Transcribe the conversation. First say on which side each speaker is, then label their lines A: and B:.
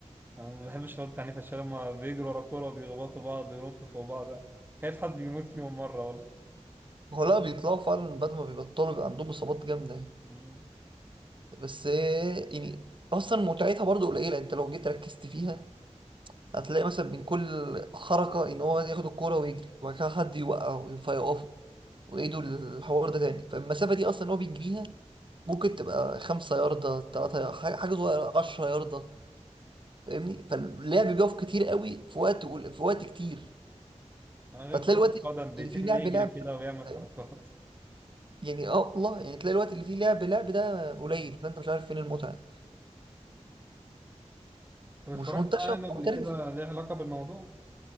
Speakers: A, on the right (about 15°); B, on the right (about 45°).
A: انا ما بحبش الرياضة العنيفة عشان لما بيجروا ورا كورة وبيخبطوا بعض وينطوا فوق بعض خايف حد يموت فيهم مرة والله
B: هو لا بيطلعوا فعلا بعد ما بيبطلوا بيبقى عندهم اصابات جامده
A: مم.
B: بس آه، يعني اصلا متعتها برضو قليله انت لو جيت ركزت فيها هتلاقي مثلا من كل حركة إن هو ياخد الكورة ويجري وبعد كده حد يوقعه فيقفه ويعيدوا الحوار ده تاني فالمسافة دي أصلا هو بيجريها ممكن تبقى خمسة ياردة تلاتة حاجة حاجة صغيرة عشرة ياردة فاهمني فاللعب بيقف كتير قوي في وقت في وقت كتير
A: انا غير
B: فتلاقي
A: كرة
B: الوقت
A: القدم بيتم
B: اللي فيه لعب
A: يجري
B: لعب
A: كده ويعمل
B: فاهم؟
A: حركات
B: يعني اه والله يعني تلاقي الوقت اللي فيه لعب لعب ده قليل فانت مش عارف فين المتعة
A: طب اتفرجت
B: مش منتشر
A: على انمي قبل
B: محترف
A: كده ليه علاقة بالموضوع؟